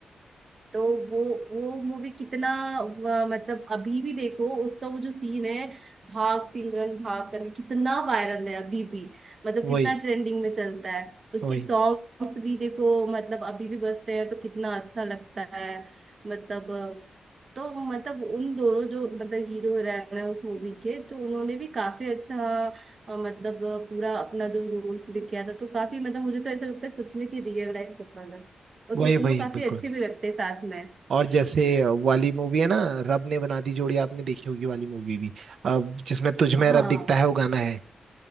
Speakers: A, on the right; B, on the right.
A: तो वो वो मूवी कितना व- मतलब अभी भी देखो उसका वो जो सीन है भाग सिमरन भाग करके कितना वायरल है अभी भी मतलब
B: वही
A: कितना ट्रेंडिंग में चलता है उसके
B: वही
A: सॉन्ग्स भी देखो मतलब अभी भी बजते हैं तो कितना अच्छा लगता है मतलब तो मतलब उन दोनों जो मतलब हीरो हीरोइन है उस मूवी के तो उन्होंने भी काफी अच्छा अ, मतलब अ, पूरा अपना जो रोल प्ले किया था तो काफी मतलब मुझे तो ऐसा लगता है सच में कि रियल लाइफ कपल है और
B: वही
A: दोनों
B: वही
A: काफी
B: बिल्कुल
A: अच्छे भी लगते हैं साथ में
B: और जैसे वाली मूवी है ना रब ने बना दी जोड़ी आपने देखी होगी वाली मूवी भी अब जिसमें तुझ में
A: हाँ
B: रब दिखता है वो गाना है